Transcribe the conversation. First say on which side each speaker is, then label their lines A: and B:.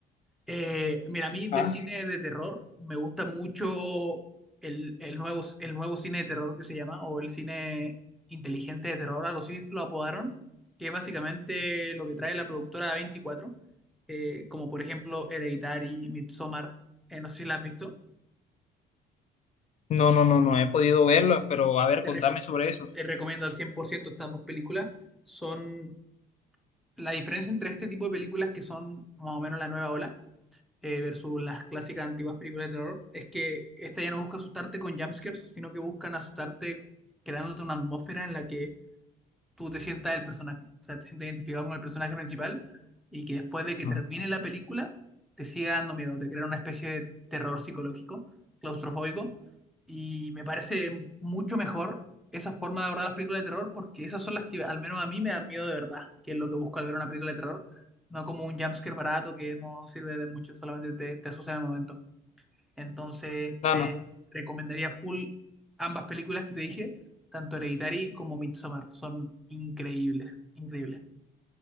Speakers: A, in the centre; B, on the left (about 40°).
A: Eh, mira, a mí de
B: Ah.
A: cine de terror me gusta mucho el, el nuevo, el nuevo cine de terror que se llama, o el cine inteligente de terror, algo así lo apodaron, que es básicamente lo que trae la productora A24, eh, como por ejemplo Hereditary, Midsommar, eh, no sé si la has visto,
B: No, no, no, no he podido verlo, pero a ver,
A: te,
B: contame
A: reco-
B: sobre eso.
A: te recomiendo al 100% estas dos películas, son la diferencia entre este tipo de películas que son más o menos la nueva ola eh, versus las clásicas antiguas películas de terror, es que esta ya no busca asustarte con jumpscares, sino que buscan asustarte creándote una atmósfera en la que tú te sientas el personaje, o sea, te sientas identificado con el personaje principal y que después de que
B: Ajá.
A: termine la película te siga dando miedo, te crea una especie de terror psicológico, claustrofóbico, y me parece mucho mejor esa forma de abordar las películas de terror porque esas son las que al menos a mí me dan miedo de verdad, que es lo que busco al ver una película de terror, no como un jumpscare barato que no sirve de mucho, solamente te, te asusta en el momento. Entonces,
B: No,
A: te
B: no.
A: recomendaría full ambas películas que te dije, tanto Hereditary como Midsommar. Son increíbles, increíbles.